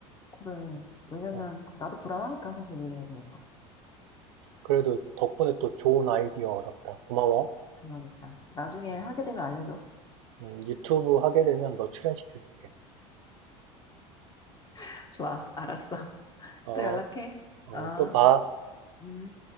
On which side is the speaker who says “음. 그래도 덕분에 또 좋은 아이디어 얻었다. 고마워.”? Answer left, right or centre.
Right